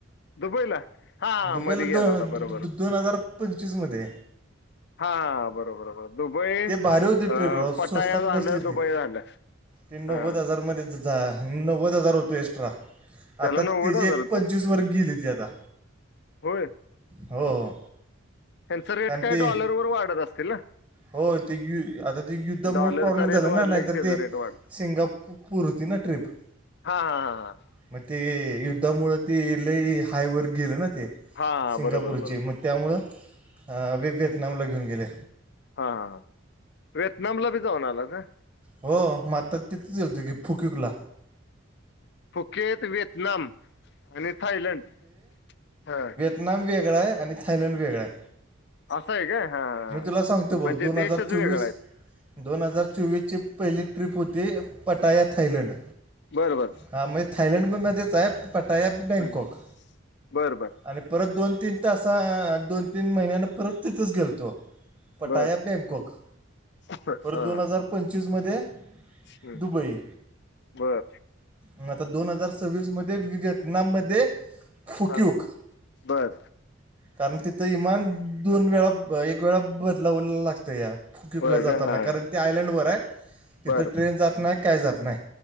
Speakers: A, on the left; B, on the right.
A: दुबईला हा हा
B: दुबईला
A: मध्ये गेला
B: दा
A: होता
B: दोन
A: बरोबर हा
B: दोन हजार पंचवीसमध्ये.
A: हा बरोबर दुबई,
B: ते भारी होते
A: अ
B: ट्रिप राव स्वस्तात
A: पटाया झाल्या
B: बसली
A: दु
B: ती
A: <unintelligible>
B: ते नव्वद
A: हा
B: हजारमध्ये ज- जा नव्वद हजार होते, एक्स्ट्रा
A: त्याला
B: आता त्याची
A: नव्वद हजार
B: एक
A: होतं
B: पंचवीस वर गेली ती आता
A: होय.
B: हो
A: त्यांचा
B: हो
A: रेट
B: कारण
A: काय
B: ते
A: डॉलर वर वाढत असतील, ना?
B: हो, ते, य आता ते युद्धामुळे
A: डॉलरचा
B: प्रॉब्लेम
A: रेट
B: झाला
A: वाढला
B: ना नाहीतर
A: की त्याचा
B: ते,
A: रेट वाढला
B: सिंगापपूरतीन ट्रिप
A: हा हा हा हा!
B: मग ते युद्धामुळ ते लइ हायवर गेले ना ते.
A: हा हा
B: सिंगापूरची
A: बरोबर बरोबर
B: मग त्यामुळं व्हिएतनामला घेऊन गेले.
A: हा हा हां व्हएतनामला बी जाऊन आला सा?
B: हो मग आता तिथच गेलतो की फुकीरला.
A: फुकेत, व्हिएतनाम आणि थायलंड. ह
B: ना वेगळा आहे, आणि थयलंड वेगळा आहे.
A: असं आहे काय, हा
B: मी तुला सांगतो
A: म्हणजे,
B: बघ दोन
A: देशच
B: हजार चोवीस
A: वेगळा आहे
B: दोन हजार चोवीसची पहिली ट्रीप होती, पटाया थायलंड
A: बर बर!
B: हा म्हणजे थायलंडमध्येच आहे पटाय बँकॉक.
A: हम्म. बर बर
B: आणि परत दोन तीन तसा दोन तीन महिन्यान परत तिथंच गेलतो पटाया
A: बर
B: बँकॉक
A: हा
B: परत दोन
A: हा.
B: हजार पंचवीस मध्ये
A: हम्म.
B: दुबई!
A: बर
B: मग आता दोन हजार सव्वीस मध्ये व्हिएतनाम मध्ये फुकयुग.
A: हा बर
B: कारण तिथं इमान दोन वेळा एक वेळा बदलाव लागतया. फुकीतला
A: बर
B: जाताना
A: का हा
B: कारण ते आयलंडवर आहे तिथं
A: बर
B: ट्रेन जात नाही काय जात नाही.